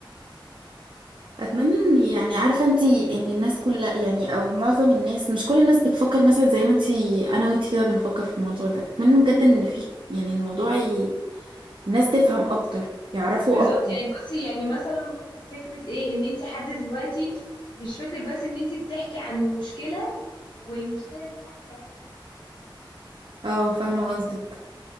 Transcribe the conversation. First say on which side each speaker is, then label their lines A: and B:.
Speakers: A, on the right; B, on the left.
A: اتمنى
B: يعني برضه
A: ان يعني عارفه انت ان الناس كلها يعني او معظم الناس مش كل الناس بتفكر مثلا زي ما انت انا وانت كده بنفكر في الموضوع ده اتمنى بجد ان في يعني الموضوع ي... الناس تفهم اكتر يعرفوا
B: بالظبط
A: اكتر
B: يعني بصي يعني مثلا ممكن فكرة ايه ان انت حد دلوقتي مش فكرة بس ان انت بتحكي عن مشكلة والمشكلة دي حد يعرفها لا الح- كمان الحاجات الحلوة
A: اه
B: يعني
A: فاهمه قصدك